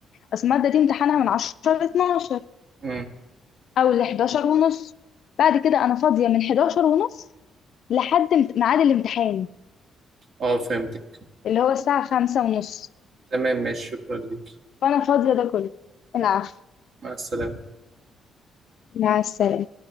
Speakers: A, on the left (about 65°); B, on the right (about 60°).
A: بس المادة دي امتحانها من 10 ل 12
B: امم
A: أو ل 11 ونص بعد كده أنا فاضية من 11 ونص لحد امت- ميعاد الامتحان
B: اه فهمتك
A: اللي هو الساعة 5 ونص
B: تمام ماشي شكرا ليك
A: فأنا فاضية ده كله العفو
B: مع السلامة
A: مع السلامة